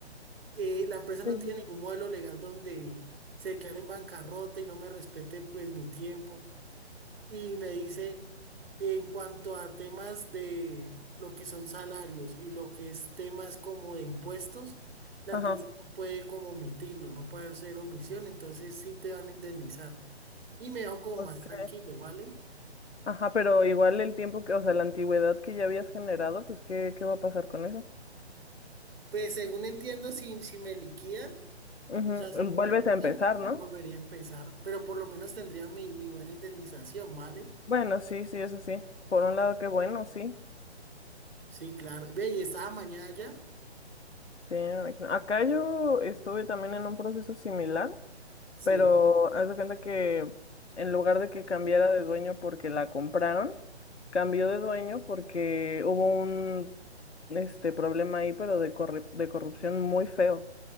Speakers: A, on the right (about 60°); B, on the left (about 75°).
A: Eh, la empresa no
B: Sí,
A: tiene
B: sí, sí.
A: ningún modelo legal donde se declare en bancarrota y no me respete pues mi tiempo. Y me dice, en cuanto a temas de lo que son salarios y lo que es temas como de impuestos, la
B: Ajá.
A: empresa no puede como omitirlo, no puede hacer omisión, entonces sí te van a indemnizar. Y me dejó como
B: Ok.
A: más tranquilo, ¿vale?
B: Ajá, pero igual el tiempo que, o sea, la antigüedad que ya habías generado, pues, ¿qué, qué va a pasar con eso?
A: Pues según entiendo, si, si me liquidan,
B: Ujú,
A: o sea, si
B: mm,
A: me
B: Vuelves
A: indemnizan,
B: a empezar, ¿no?
A: volvería a empezar, pero por lo menos tendría mi, mi buena indemnización, ¿vale?
B: Bueno, sí, sí, eso sí. Por un lado, qué bueno, sí.
A: Sí, claro. Ve, ¿y estaba mañana ya?
B: Sí, me imagino. Acá yo estuve también en un proceso similar,
A: Sí.
B: pero haz de cuenta que en lugar de que cambiara de dueño porque la compraron, cambió de dueño porque hubo un este problema ahí, pero de corru- de corrupción muy feo.